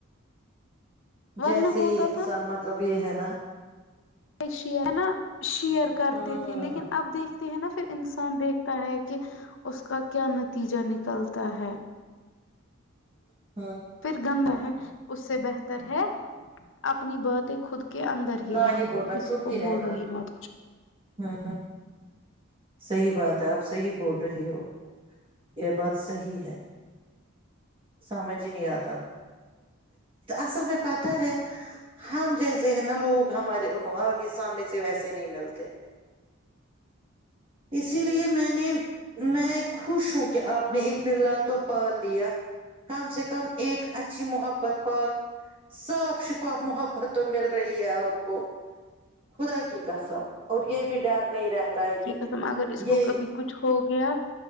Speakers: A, on the left; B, on the right.
A: ورنہ
B: جیسے
A: ہوتا
B: انسان مطلب یہ ہے نا
A: ایش ہے نا شیئر کرتے
B: ہوں
A: تھے لیکن اب دیکھتے ہیں نا پھر ان ان دیکھتا ہے کہ اس کا کیا نتیجہ نکلتا ہے
B: ج
A: پھر گندا ہے اس سے بہت ر ہے اپنی بات خود کے اندر ہی
B: نہ
A: رکھو
B: بولنا
A: کسی
B: چپ
A: کو
B: رہنا
A: بولو ہی مر
B: ہ صحیح بات ہے آپ صحیح بول رہے ہو یہ بات صحی ہے سمجھ ہی نہیں آتا اصل میں پتا ہے ہم جیسے ہیں نا لوگ ہمارے آگے سامنے سے ویسے نہیں ملتے ہیں اسی لیے میں نے میں خوش ہوں کہ آپ نے
A: ہاں
B: ایک بللا تو پال دیا کم سے کم ایک اچھی محبت پاک صاف شفاف محبت تو مل رہی ہے آپ کو خدا کی قسم اور یہ بھی ڈر نہیں رہتا ہے
A: کم اگر اس کو
B: یہ
A: کبھی کچھ ہو گیا